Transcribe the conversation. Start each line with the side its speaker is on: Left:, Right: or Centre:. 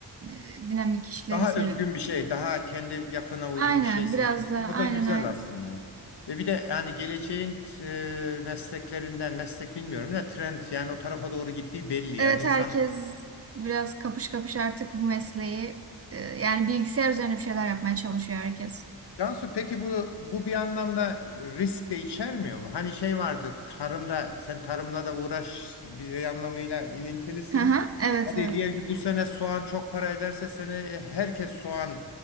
Right: e, dinamik işleri
Left: Daha
Right: seviyorum.
Left: özgün bir şey, daha kendi yapına uygun
Right: Aynen
Left: bir şey seçmişsin.
Right: biraz daha
Left: O
Right: aynen
Left: da güzel
Right: aynen.
Left: aslında. Ve bir de yani geleceğin e, mesleklerinden, meslek bilmiyorum da trend yani o tarafa doğru gittiği belli. Yani
Right: Evet
Left: insanlar
Right: herkes biraz kapış kapış artık bu mesleği e, yani bilgisayar üzerine bir şeyler yapmaya çalışıyor herkes.
Left: Cansu peki bu bu bir anlamda risk de içermiyor mu? Hani şey vardır tarımda sen tarımla da uğraş bir anlamıyla ilintilisin.
Right: Hı hı, evet
Left: Hadi
Right: evet.
Left: diyelim ki bu sene soğan çok para ederse seni herkes soğan